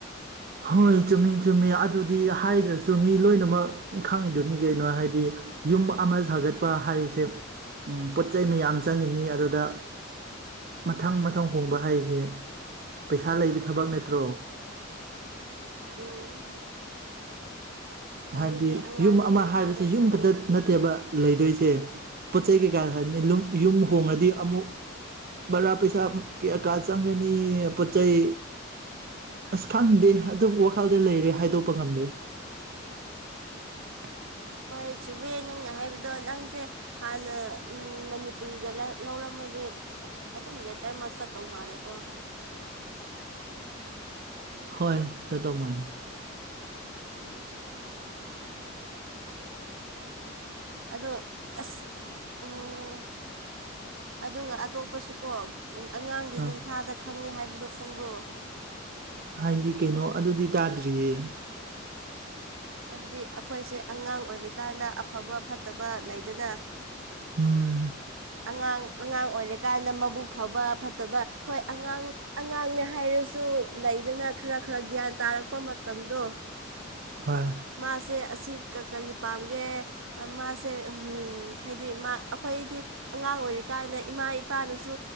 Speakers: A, on the right; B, on the right.
A: ꯍꯣꯏ ꯆꯨꯝꯃꯤ ꯆꯨꯝꯃꯤ ꯑꯗꯨꯗꯤ ꯍꯥꯏꯗ꯭ꯔꯥꯁꯨ ꯃꯤ ꯂꯣꯏꯅꯃꯛ ꯈꯪꯉꯤꯗꯨꯅꯤ ꯀꯩꯅꯣ ꯍꯥꯏꯗꯤ ꯌꯨꯝ ꯑꯃ ꯁꯥꯒꯠ ꯄ ꯍꯥꯏꯁꯦ ꯎꯝ ꯄꯣꯠꯆꯩ ꯃꯌꯥꯝ ꯆꯪꯉꯤꯅꯤ ꯑꯗꯨꯗ ꯃꯊꯪ -ꯃꯊꯪ ꯍꯣꯡꯕ ꯍꯥꯏꯁꯦ ꯄꯩꯁꯥ ꯂꯩꯕꯤ ꯊꯕꯛ ꯅꯠꯇ꯭ꯔꯣ
B: ꯎꯝ꯫ ꯑꯗꯨꯗꯤ
A: ꯍꯥꯏꯕꯗꯤ
B: ꯑꯉꯥꯡꯒꯤ
A: ꯌꯨꯝ ꯑꯃ
B: ꯅꯤꯡꯊꯥꯗ
A: ꯍꯥꯏꯕꯁꯤ ꯌꯨꯝ
B: ꯈꯪꯉꯦ
A: ꯈꯛꯇ
B: ꯍꯥꯏꯕꯗꯤ
A: ꯅꯠꯇꯦꯕ ꯂꯩꯗꯣꯏꯁꯦ ꯄꯣꯠ ꯆꯩ ꯀꯩꯀꯥ ꯍꯥꯏꯅꯤ ꯂꯨꯝ-ꯌꯨꯝ ꯍꯣꯡꯉꯗꯤ ꯑꯃꯨꯛ ꯕꯔꯥ ꯄꯩꯁꯥ ꯀꯩ-ꯀꯌꯥ ꯆꯪꯒꯅꯤ ꯄꯣꯠꯆꯩ ꯑꯁ ꯈꯪꯗꯦ ꯑꯗꯨ ꯋꯥꯈꯜꯗ ꯂꯩꯔꯦ ꯍꯥꯏꯗꯣꯛꯄ ꯉꯝꯗ꯭ꯔꯦ <inaudible>
B: ꯍꯣꯏ ꯆꯨꯝꯃꯤ ꯅꯪꯅ ꯍꯥꯏꯕꯗꯣ ꯅꯪꯁꯦ ꯍꯥꯟꯅ ꯎꯝ ꯃꯅꯤꯄꯨꯔꯤꯒ ꯂꯧ ꯂꯧꯔꯝꯃꯗꯤ ꯑꯗꯨꯝ ꯂꯦꯇꯔꯃꯥꯛ ꯆꯠꯇꯧ ꯃꯥꯜꯂꯦꯀꯣ
A: ꯍꯣꯏ ꯆꯠꯇꯧ ꯃꯥꯟꯅꯤ
B: ꯎꯝ꯫ ꯑꯗꯣ ꯑꯁ ꯎꯝ ꯑꯗꯨꯒ ꯑꯇꯣꯞꯄꯁꯨꯀꯣ ꯎꯝ ꯑꯉꯥꯡꯒꯤ
A: ꯑꯥ
B: ꯅꯤꯡꯊꯥꯗ ꯈꯪꯉꯦ ꯍꯥꯏꯕꯗꯣ ꯈꯪꯕ꯭ꯔꯣ
A: ꯍꯥꯏꯗꯤ ꯀꯩꯅꯣ ꯑꯗꯨꯗꯤ ꯇꯥꯗ꯭ꯔꯤꯌꯦ
B: ꯍꯥꯏꯕꯗꯤ ꯑꯩꯈꯣꯏꯁꯦ ꯑꯉꯥꯡ ꯑꯣꯏꯔꯤꯀꯥꯟꯗ ꯑꯐꯕ ꯐꯠꯇꯕ ꯂꯩꯗꯅ
A: ꯎꯝ꯫
B: ꯑꯉꯥꯡ ꯑꯉꯥꯡ ꯑꯣꯏꯔꯀꯥꯟꯗ ꯃꯕꯨꯛ ꯐꯕꯥ ꯐꯠꯇꯕ ꯍꯣꯏ ꯑꯉꯥꯡ ꯑꯉꯥꯡꯅꯦ ꯍꯥꯏꯔꯁꯨ ꯂꯩꯗꯅ ꯈꯔ ꯈꯔ ꯒ꯭ꯌꯥꯟ ꯇꯥꯔꯛꯄ ꯃꯇꯝꯗꯣ
A: ꯍꯣꯏ
B: ꯃꯥꯁꯦ ꯑꯁꯤ ꯀ ꯀꯔꯤ ꯄꯥꯝꯒꯦ ꯃꯥꯁꯦ ꯍꯨꯝ ꯍꯥꯏꯗꯤ ꯃꯥ ꯑꯩꯈꯣꯏꯗꯤ ꯑꯉꯥꯡ ꯑꯣꯏꯔꯤꯀꯥꯟꯗ ꯏꯃꯥ ꯏꯄꯥꯅꯁꯨ